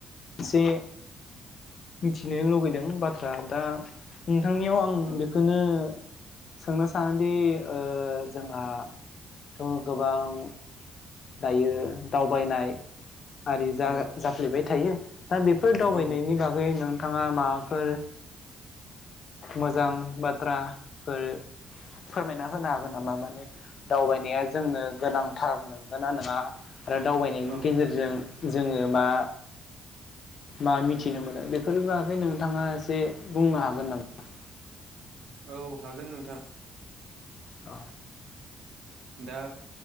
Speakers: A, on the left (about 55°); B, on the right (about 80°).
A: एसे मिथिनो लुबैदों बाथ्रा दा नोंथांनियाव आं
B: औ
A: बेखौनो सोंनो सानोदि ओ जोंहाथ' गोबां दायो दावबायनाय आरि जा
B: औ
A: जाफ्लेबाय थायो। दा बेफोर दावबायनायनि
B: औ
A: बागै नों थांङा माबाफोर मोजां बाथ्राफोर फोरमायना होनो हागोन नामा माने दावबायनाया जोंनो गोनांथार नंगोना नङा? आरो दावबायनायनि
B: औ
A: गेजेरजों जोङो मा मा मिथिनो मोनो बेफोरनि बागै नोंथाङा एसे बुंनो हागोन नामा?
B: औ हागोन नोंथां।
A: अ
B: दा